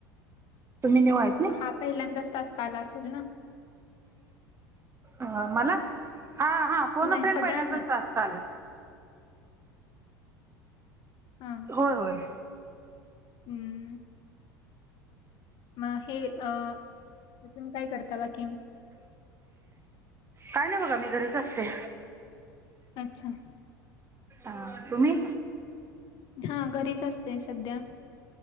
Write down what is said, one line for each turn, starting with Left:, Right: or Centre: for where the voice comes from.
Right: न्यू आहेत ना?
Left: हा पहिल्यांदाच तास काला असेल ना
Right: अ मला, हा हा पोन
Left: नाही
Right: फ्रेंड
Left: सगळ्यांनाच
Right: पहिल्यांदाच तासत आलं.
Left: हा. हा.
Right: होय होय.
Left: हम्म. मग हे, अ अजून काय करता बाकी.
Right: काय नाही बघा मी घरीच असते.
Left: अच्छा.
Right: अ तुमही.
Left: हा घरीच असते सध्या.